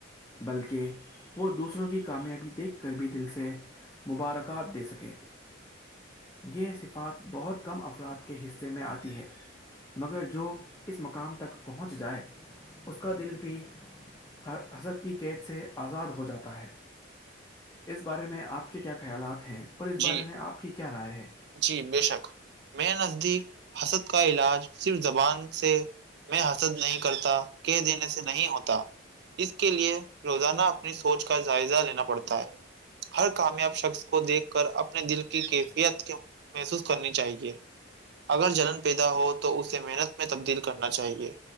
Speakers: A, on the left; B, on the right.
A: بلکہ وہ دوسروں کی کامیابی دیکھ کر بھی دل سے مبارکاد دے سکے یہ صفات بہت کم افراد کے حصے میں آتی ہے مگر جو اس مقام تک پہنچ جائے اس کا دل بھی حضرت کی قید سے آزاد ہو جاتا ہے اس بارے میں آپ کے کیا خیالات ہیں اور اس بارے
B: جی
A: میں آپ کی کیا رائے ہے
B: جی بے شک میں نزدیک حسد کا علاج صرف زبان سے میں حسد نہیں کرتا کہہ دینے سے نہیں ہوتا اس کے لیے روزانہ اپنی سوچ کا جائزہ لینا پڑتا ہے ہر کامیاب شخص کو دیکھ کر اپنے دل کی کیفیت محسوس کرنی چاہیے اگر جلن پیدا ہو تو اسے محنت میں تبدیل کرنا چاہیے